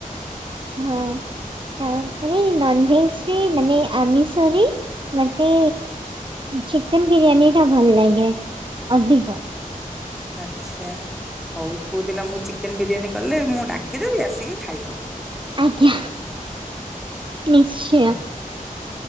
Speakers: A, on the right; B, in the centre.
A: ହଁ ତାପରେ ନନଭେଜରେ ମାନେ ଆମିଷ ତରେ ମତେ ଚିକେନ ବିରିୟାନୀ ଟା ଭଲ ଲାଗେ। ଅଧିକ।
B: ଆଛା। ହଉ କୋଉ ଦିନ ମୁଁ ଚିକେନ ବିରିୟାନୀ କଲେ ମୁଁ ଡାକିଦେବି ଆସିକି ଖାଇଦବ।
A: ଆଜ୍ଞା ନିଶ୍ଚୟ।